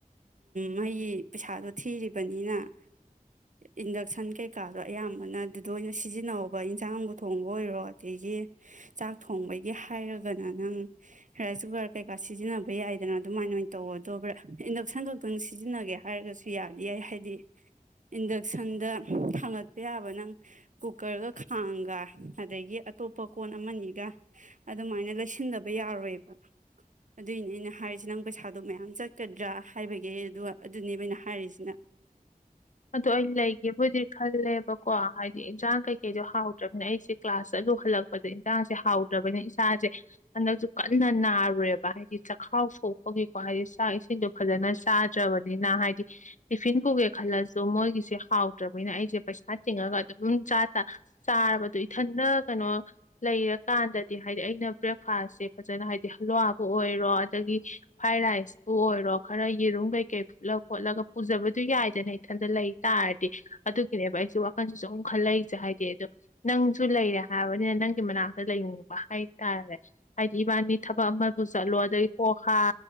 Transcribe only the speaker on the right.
ꯃꯩꯒꯤ ꯄꯩꯁꯥꯗꯣ ꯊꯤꯔꯤꯕꯅꯤꯅ ꯏꯟꯗꯛꯁꯟ ꯀꯩꯀꯥꯗꯣ ꯑꯌꯥꯝꯕꯅ ꯑꯗꯨꯗ ꯑꯣꯏꯅ ꯁꯤꯖꯤꯟꯅꯧꯕ ꯏꯟꯁꯥꯡꯕꯨ ꯊꯣꯡꯕ ꯑꯣꯏꯔꯣ ꯑꯗꯒꯤ ꯆꯥꯛ ꯊꯣꯡꯕꯒꯤ ꯍꯥꯏꯔꯒꯅ ꯅꯪ ꯔꯥꯏꯁ ꯀꯨꯀꯔ ꯀꯩꯀꯥ ꯁꯤꯖꯤꯟꯅꯕ ꯌꯥꯏꯗꯅ ꯑꯗꯨꯃꯥꯏꯅ ꯑꯣꯏꯅ ꯇꯧꯒꯗꯧꯕ꯭ꯔꯥ ꯏꯟꯗꯛꯁꯟ ꯈꯛꯇꯪ ꯁꯤꯖꯤꯟꯅꯒꯦ ꯍꯥꯏꯔꯒꯁꯨ ꯌꯥꯗꯤ ꯌꯥꯏ ꯍꯥꯏꯗꯤ ꯏꯟꯗꯛꯁꯟꯗ ꯊꯥꯡꯒꯠꯄ ꯌꯥꯕ ꯅꯪ ꯀꯨꯀꯔꯒ ꯈꯥꯡꯒ ꯑꯗꯒꯤ ꯑꯇꯣꯞꯄ ꯀꯣꯟ ꯑꯃꯅꯤꯒ ꯑꯗꯨꯃꯥꯏꯅ ꯂꯩꯁꯤꯟꯗꯕ ꯌꯥꯔꯣꯏꯕ ꯑꯗꯨꯏꯅꯦ ꯑꯩꯅ ꯍꯥꯏꯔꯤꯁꯤ ꯅꯪ ꯄꯩꯁꯥꯗꯣ ꯃꯌꯥꯝ ꯆꯠꯀꯗ꯭ꯔꯥ ꯍꯥꯏꯕꯒꯤ ꯑꯗꯨꯒ ꯑꯗꯨꯅꯦꯕꯅ ꯍꯥꯏꯔꯤꯁꯤꯅ